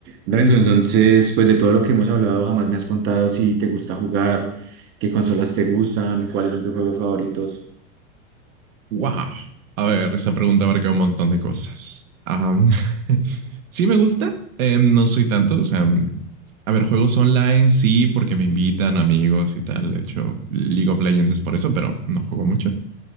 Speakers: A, on the right; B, on the right.
A: Renzo, entonces, pues de todo lo que hemos hablado, jamás me has contado si te gusta jugar, qué consolas te gustan, cuáles son tus juegos favoritos.
B: Wow. A ver, esa pregunta abarca un montón de cosas. Am, <laughs> sí me gusta, em, no soy tanto, o sea, mm, a ver, juegos online sí, porque me invitan amigos y tal. De hecho, League of Legends es por eso, pero no juego mucho.